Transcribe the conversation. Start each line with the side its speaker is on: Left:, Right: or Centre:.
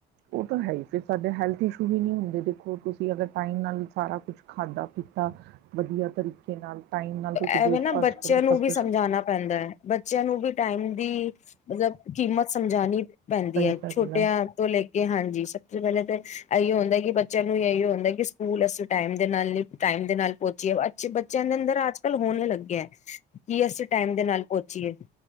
Right: ਉਹ ਤਾਂ ਹੈ। ਹੀ ਫਿਰ ਸਾਡੇ ਹੈਲਥ ਇਸ਼ੂ ਹੀ ਨਹੀਂ ਹੁੰਦੇ ਦੇਖੋ ਤੁਸੀਂ ਅਗਰ ਟਾਈਮ ਨਾਲ ਸਾਰਾ ਕੁਛ ਖਾਧਾ ਪੀਤਾ ਵਧੀਆ ਤਰੀਕੇ ਨਾਲ ਟਾਈਮ ਨਾਲ ਤੁਸੀਂ
Left: ਐਵੇਂ
Right: ਬ੍ਰੇਕਫਾਸਟ
Left: ਨਾ ਬੱਚਿਆਂ
Right: ਕਰੋ
Left: ਨੂੰ
Right: ਸਭ
Left: ਵੀ
Right: ਕੁਛ
Left: ਸਮਝਾਉਣਾ ਪੈਂਦਾ ਹੈ। ਬੱਚਿਆਂ ਨੂੰ ਵੀ ਟਾਈਮ ਦੀ ਮਤਲਬ ਕੀਮਤ ਸਮਝਾਣੀ। ਪੈਂਦੀ ਹੈ।
Right: ਸਹੀ ਗੱਲ
Left: ਛੋਟਿਆਂ ਤੋਂ ਲੈ ਕੇ ਹਾਂਜੀ ਸਭ ਤੋਂ ਪਹਿਲਾਂ ਤਾਂ ਇਹੀ ਹੁੰਦਾ ਕਿ ਬੱਚਿਆਂ ਨੂੰ ਇਹੀ ਹੁੰਦਾ ਕਿ ਸਕੂਲ ਅ। ਟਾਈਮ ਦੇ ਨਾਲ ਹੀ। ਟਾਈਮ ਦੇ ਨਾਲ ਪਹੁੰਚੀਏ ਬੇ ਬੱਚਿਆਂ ਦੇ ਅੰਦਰ ਅੱਜ ਕੱਲ ਹੋਣ ਲੱਗੇ ਹੈ। ਕੀ ਅਸੀਂ ਟਾਈਮ ਦੇ ਨਾਲ ਪਹੁੰਚੀਏ